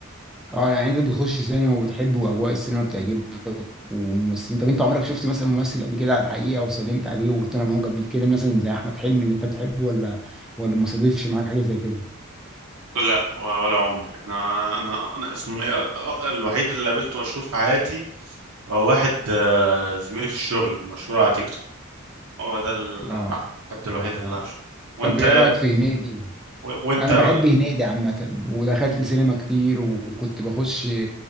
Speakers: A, in the centre; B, on the right.
A: اه يعني انت بتخش سينما وبتحب واجواء السينما بتعجبك والممثلين طب انت عمرك شفت مثلا ممثل قبل كده على الحقيقه وسلمت عليه وقلت انا معجب بيه كده مثلا زي احمد حلمي اللي انت بتحبه ولا ولا ما صادفش معاك حاجه زي كده؟
B: لا ولا عمر انا انا انا اسمه ايه آه، آه، الوحيد اللي قابلته مشهور في حياتي هو واحد آه، زميلي في الشغل مشهور على تيك توك هو ده الحد
A: اه
B: الوحيد اللي
A: اه
B: انا شفته. وانت
A: طب ايه رايك في هنيدي؟
B: و- وانت
A: انا
B: اه
A: بحب هنيدي عامه ودخلت سينما كتير وكنت بخش